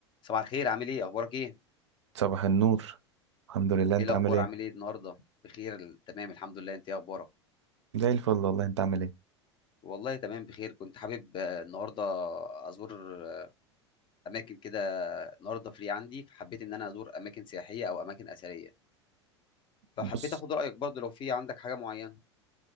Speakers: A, on the left (about 35°); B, on the right (about 70°).
A: صباح الخير عامل ايه اخبارك ايه
B: صباح النور الحمد لله انت
A: ايه الاخبار
B: عامل ايه
A: عامل ايه النهارده بخير ال- تمام الحمد لله انت ايه اخبارك
B: زي الفل والله انت عامل ايه
A: والله تمام بخير كنت حابب آه، النهارده ازور آه، اماكن كده النهارده فري عندي فحبيت ان انا ازور اماكن سياحيه او اماكن اثريه فحبيت
B: بص
A: اخد رايك برضه لو في عندك حاجه معينه